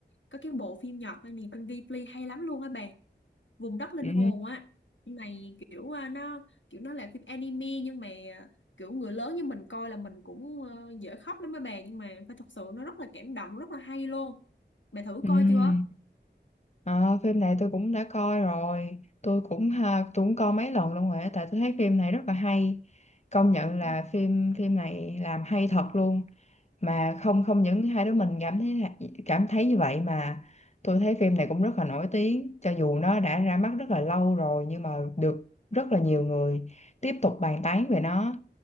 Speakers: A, on the left (about 85°); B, on the left (about 35°).
A: Có cái bộ phim Nhật này nè, phim Ghibli hay lắm luôn á bà. Vùng đất linh
B: Ừ,
A: hồn á. Phim Này kiểu à, nó kiểu nó là phim anime nhưng mà à, kiểu người lớn như mình coi là mình cũng ờ, dễ khóc lắm á bà nhưng mà phải thật sự nó rất là cảm động, rất là hay luôn. Bà thử
B: ừ.
A: coi chưa?
B: Ờ, phim này tôi cũng đã coi rồi tôi cũng ha, tôi cũng coi mấy lần luôn rồi á, tại tôi thấy phim này rất là hay công nhận là
A: Ừ.
B: phim phim này làm hay thật luôn mà không không những hai đứa mình cảm thấy là- cảm thấy như vậy mà tôi thấy phim này cũng rất là nổi tiếng cho dù nó đã ra mắt rất là lâu rồi nhưng mà được rất là nhiều người tiếp tục bàn tán về nó